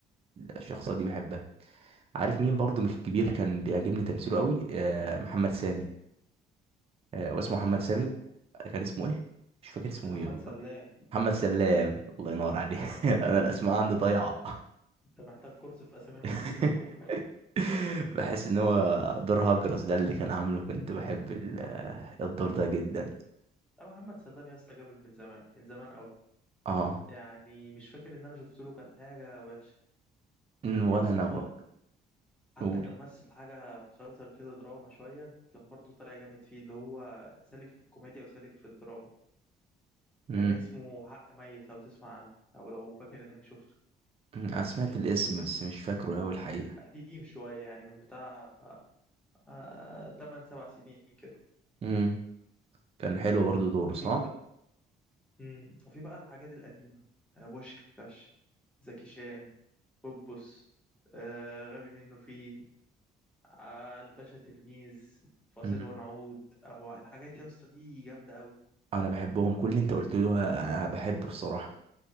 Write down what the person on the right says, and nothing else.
الشخصيه دي بحبها عارف مين برضو مش الكبير كان بيعجبني تمثيله قوي آه، محمد سامي آه، واسمه
محمد سامي
كان اسمه ايه مش فاكر اسمه
ايه والله
محمد سلام الله ينور عليه <laughs> انا الاسماء
عندي ضايعه
<laughs>
بحس ان هو دور هجرس ده اللي كان عامله كنت بحب ال- آه، الدور ده جدا
اه
أمم، ولا
انا برضه
قول
امم
أمم، انا سمعت الاسم بس مش فاكره اوي الحقيقه
امم كان حلو برضه دوره
صح
امم
انا بحبهم كل اللي انت قلته ده انا بحبه الصراحه